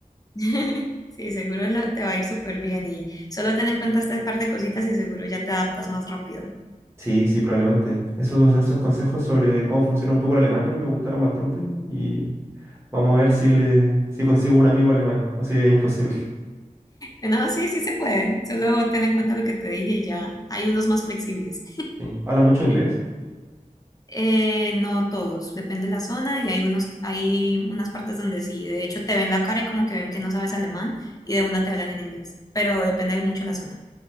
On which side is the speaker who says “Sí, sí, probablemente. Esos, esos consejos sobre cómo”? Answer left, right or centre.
Right